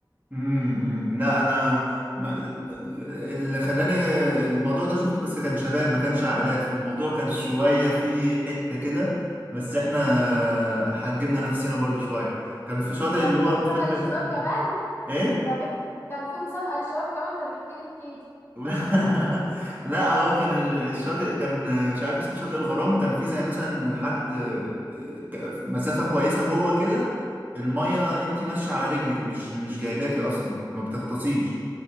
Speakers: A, on the right (about 20°); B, on the left (about 30°).
A: مم، مم. لا انا ما... اللي خلاني آه، الموضوع ده شفته بس كان شباب ما كانش عائلات فالموضوع كان شوية فيه حتة كده بس احنا حجمنا نفسنا برضو شوية كان في شاطئ
B: كان
A: اللي
B: في
A: هو
B: مسابقة
A: مش فاكر
B: للشباب
A: اسمه شاطئ
B: كمان
A: ايه
B: طب اح- كان في مسابقة للشباب كمان طب احكيلي احكيلي
A: <laughs> لا هو كان ال- الشاطئ كان مش عارف اسمه شاطئ الغرام كان فيه زي مثلا حد آه، ك- مسافة كويسة جوه كده المية انتي ماشية على رجلك مش مش جايباكي اصلا ما بتغطسيش